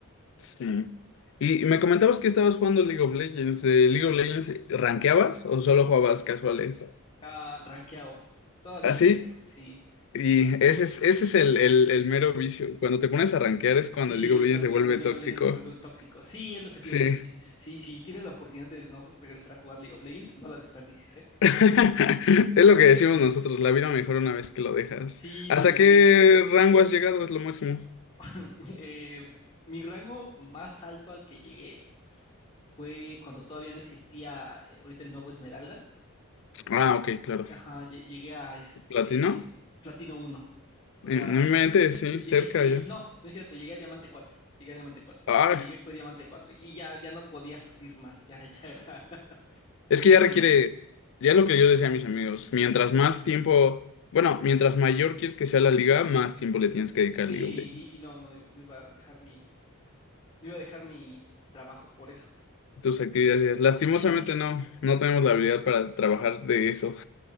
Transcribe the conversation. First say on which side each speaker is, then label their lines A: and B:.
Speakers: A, on the left; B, on the left.
A: sí. Y me comentabas que estabas jugando League of Legends. Eh, ¿League of Legends rankeabas o solo jugabas casuales?
B: Ah, ranqueado, todavía
A: Así.
B: ranqueo, sí.
A: Y ese es, ese es el, el, el mero vicio. Cuando te pones a rankear es cuando
B: Sí,
A: el League of Legends
B: cuan-
A: se vuelve
B: cuando, League
A: tóxico.
B: of Legends se vuelve un tóxico. Sí, es lo que
A: Sí.
B: te iba a decir. Y Si, si tienes la oportunidad de no regresar a jugar League of Legends, no la desperdicies, ¿eh?
A: <laughs> Es lo que decimos nosotros, la vida mejora una vez que lo dejas.
B: Sí,
A: ¿Hasta
B: mejor.
A: qué rango has llegado? Es lo máximo.
B: <laughs> Eh, mi rango más alto al que llegué fue cuando todavía no existía, eh, ahorita el nuevo Esmeralda.
A: Ah, ok, claro.
B: Ajá, lle- llegué a este
A: ¿Platino?
B: Platino uno. O
A: Eh,
B: sea,
A: No me mente, sí,
B: lle-
A: cerca
B: llegué, llegué,
A: ya.
B: no, no es cierto, llegué a Diamante cuatro. Llegué a Diamante cuatro.
A: Ah,
B: El que llegué fue Diamante cuatro y ya, ya no podía subir más, ya, ya era <laughs> muchísimo.
A: es que ya requiere, ya es lo que yo decía a mis amigos, mientras más tiempo, bueno, mientras mayor quieres que sea la liga, más tiempo le tienes que dedicar
B: Sí,
A: al League of Legends.
B: y, y no, no, iba- no iba a dejar mi, no iba a dejar mi trabajo por eso.
A: Tus actividades diarias.
B: Sí,
A: Lastimosamente no, no tenemos la habilidad para trabajar de eso,